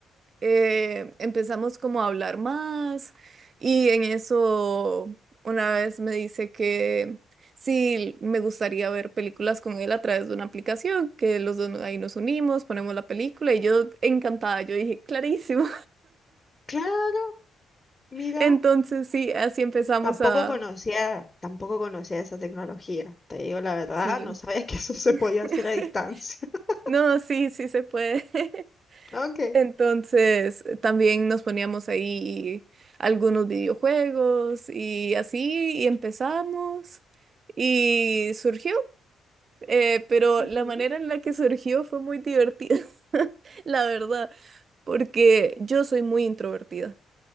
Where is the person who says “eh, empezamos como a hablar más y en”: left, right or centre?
Right